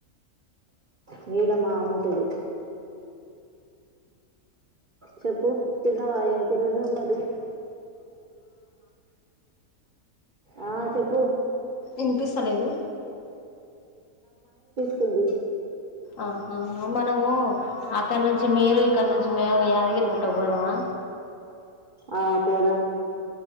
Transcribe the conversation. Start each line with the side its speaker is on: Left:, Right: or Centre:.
Right: నీడమా ఉంటది చెప్పు తిన్నవా ఏం కూరొండ్నావ్ మరి ఆ చెప్పు
Left: ఇనిపిస్త లేదు
Right: తుంది
Left: ఆహా మనము ఇక్కడ నుంచి మీరు ఇక్కడ నుంచి మేము యాదగిరి గుట్టకు బోదమా
Right: ఆ పోదాం